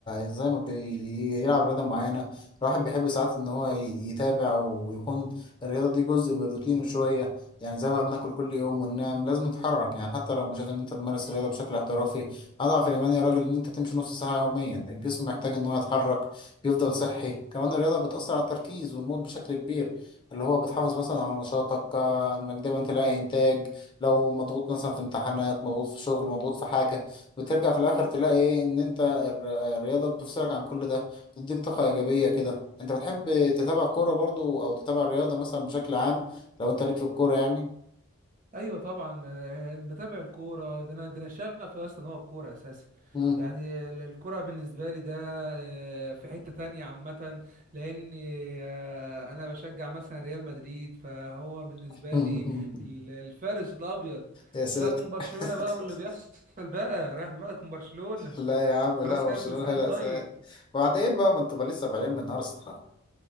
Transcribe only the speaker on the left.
زي ما بيلعب رياضة معينة الواحد بيحب ساعات إن هو ي- يتابع ويكون الرياضة دي جزء من روتينه شوية يعني زي ما بناكل كل يوم وننام لازم نتحرك يعني حتى لو مش قادر إن أنت تمارس الرياضة بشكل احترافي أضعف الإيمان يا راجل إن أنت تمشي نص ساعة يوميا الجسم محتاج إن هو يتحرك يفضل صحي كمان الرياضة بتأثر على التركيز والمود بشكل كبير اللي هو بتحافظ مثلا على نشاطك آه، إنك دايما تلاقي إنتاج لو مضغوط مثلا في امتحانات مضغوط في شغل مضغوط في حاجة بترجع في الآخر تلاقي إيه إن أنت الر- الرياضة بتفصلك عن كل ده بتديك طاقة إيجابية كده أنت بتحب تتابع كورة برضو أو تتابع الرياضة مثلا بشكل عام لو أنت ليك في الكورة يعني
مم.
<laughs>
يا ساتر
<laughs>
لا يا عم
لا برشلونة
هي
الأساس
وبعدين إيه بقى ما انتوا بقى لسه بعدين من أرسنال